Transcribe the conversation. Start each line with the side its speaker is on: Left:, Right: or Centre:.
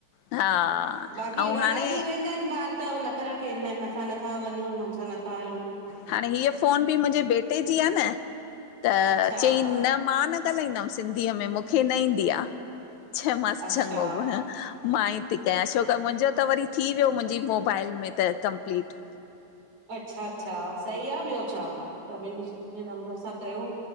Left: हा
Right: बाक़ी
Left: ऐं
Right: वॾा
Left: हाणे
Right: थी वेंदा आहिन ॿार त उ नखरा कंदा आहिन, असां नथा वञूं, असां नथा हलूं।
Left: हाणे हीअ फोन बि मुंहिंजे बेटे जी आ न, त
Right: अच्छा
Left: चई न मां न न ॻालदमि सिंधीअ में, मूंखे न ईंदी आ, चयोमांस
Right: अच्छा
Left: चङो मां ई थी कयां छोकि मुंहिंजो त वरी थी वियो मुंहिंजी मोबाइल में त कंप्लीट।
Right: अच्छा- अच्छा, सही आ, ॿियो छा सभिन जे नंबर सां कयो।